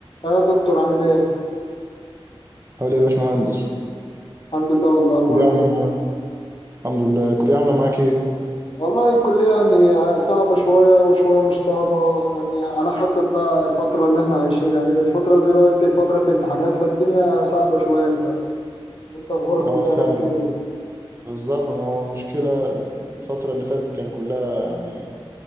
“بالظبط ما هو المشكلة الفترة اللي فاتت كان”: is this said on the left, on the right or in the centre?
Right